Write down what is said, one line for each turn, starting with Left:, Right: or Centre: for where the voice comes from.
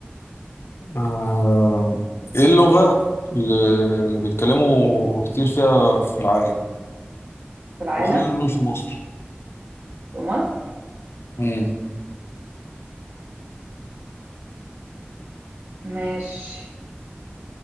Left: آه، ايه اللغة اللي اللي بيتكلموا كتير فيها في العالم؟
Right: في العالم
Left: لو خلينا نقول في مصر
Right: في مصر
Left: مم.
Right: ماشي